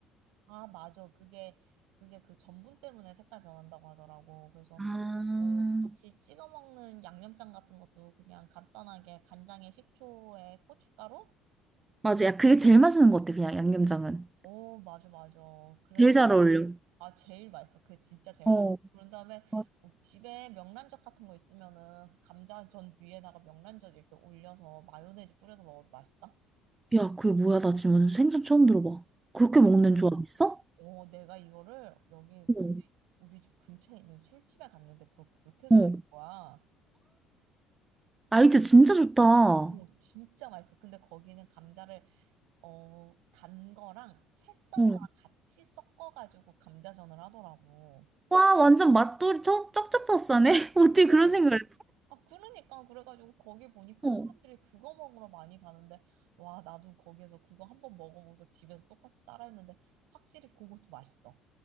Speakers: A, on the right; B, on the right.
A: 아, 맞아. 그게 그게 그 전분 때문에 색깔 변한다고 하더라고. 그래서
B: 아,
A: 뭐 같이 찍어 먹는 양념장 같은 것도 그냥 간단하게 간장에 식초에 고춧가루?
B: 맞아. 야, 그게 제일 맛있는 것 같아. 그냥 양념장은.
A: 오, 맞아, 맞아. 그래
B: 제일 잘 어울려.
A: 아, 제일 맛있어. 그게 진짜 제일
B: 어,
A: 맛있어. 그런 다음에
B: 맞-
A: 뭐 집에 명란젓 같은 거 있으면은 감자전 위에다가 명란젓 이렇게 올려서 마요네즈 뿌려서 먹어도 맛있다.
B: 야, 그게 뭐야? 나 지금 완전 생선 처음 들어봐. 그렇게
A: 네.
B: 먹는 조합 있어?
A: 어, 내가 이거를 여기
B: 응,
A: 우리, 우리 집 근처에 있는 술집에 갔는데 그걸 그렇게 해서
B: 어.
A: 준 거야.
B: 아이디어 진짜 좋다.
A: 오, 진짜 맛있어. 근데 거기는 감자를 어, 간 거랑 채 썬
B: 응
A: 거랑 같이 섞어가지고 감자전을 하더라고.
B: 와, 응. 완전 맛돌이 쩍, 쩍쩍 었싸네 <laughs> 어떻게
A: 어,
B: 그런 생각을 했지?
A: 아, 그러니까 그래가지고 거기 보니까
B: 어.
A: 사람들이 그거 먹으러 많이 가는데 와, 나도 거기에서 그거 한 번 먹어보고서 집에서 똑같이 따라했는데 확실히 그것도 맛있어.